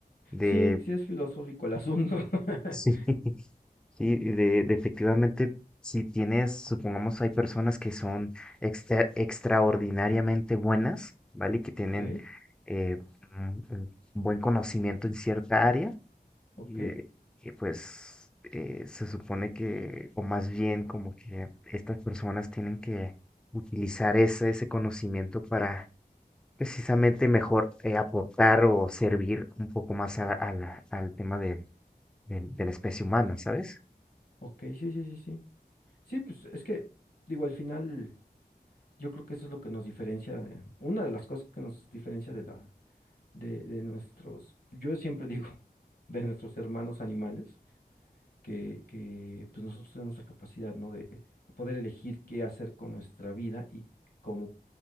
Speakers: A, in the centre; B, on the left.
A: De,
B: Sí, sí es filosófico el asunto. <laughs>
A: sí, <laughs> sí, de, de efectivamente, si tienes, supongamos, hay personas que son extra- extraordinariamente buenas, ¿vale? Que tienen
B: Ok,
A: eh, un un buen conocimiento en cierta área
B: ok,
A: y, eh, que pues eh, se supone que, o más bien como que estas personas tienen que utilizar ese, ese conocimiento para precisamente mejor eh, aportar o servir un poco más a la- a la- al tema de, del- de la especie humana, ¿sabes?
B: ok, sí, sí, sí, sí. Sí, pues es que, digo, al final yo creo que eso es lo que nos diferencia de, una de las cosas que nos diferencia de la, de, de nuestros, yo siempre digo, <laughs> de nuestros hermanos animales, que, que pues nosotros tenemos la capacidad, ¿no? De poder elegir qué hacer con nuestra vida y cómo